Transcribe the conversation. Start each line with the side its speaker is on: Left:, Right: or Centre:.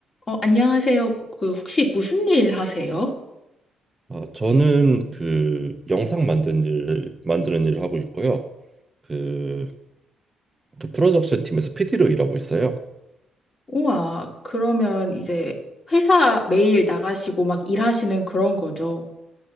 Left: 어, 안녕하세요. 그, 혹시 무슨 일 하세요?
Right: 아, 저는 그 영상 만드는 일, 만드는 일을 하고 있고요. 그, 그 프로덕션 팀에서 PD로 일하고 있어요.
Left: 우와, 그러면 이제 회사 매일 나가시고 막 일하시는 그런 거죠?